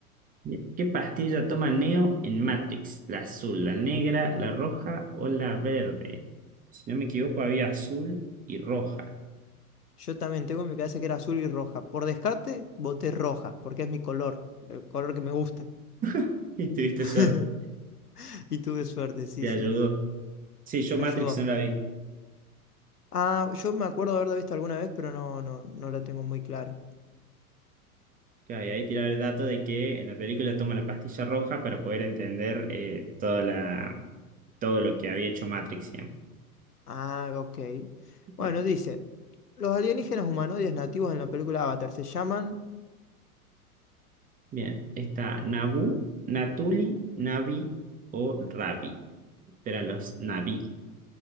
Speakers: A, on the right; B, on the left.
A: Bien. ¿Qué pastilla toma Neo en Matrix? ¿La azul, la negra, la roja o la verde? Si no me equivoco, había azul y roja.
B: Yo también tengo en mi cabeza que era azul y roja. Por descarte, voté roja, porque es mi color, el color que me gusta.
A: <laughs> Y tuviste
B: <laughs>
A: suerte,
B: Y tuve suerte, sí,
A: te
B: sí.
A: ayudó. Sí, yo
B: Me
A: Matrix
B: ayudó.
A: no la vi.
B: Ah, yo me acuerdo de haberla visto alguna vez, pero no, no, no la tengo muy claro.
A: Claro, y ahí tiraba el dato de que en la película toma la pastilla roja para poder entender eh, toda la, todo lo que había hecho Matrix siempre.
B: Ah, ok. Bueno,
A: Bien,
B: dice, los alienígenas humanoides nativos en la película Avatar se llaman
A: bien. Está Nabu, Natuli, Navi o Rabi Eran los Navi.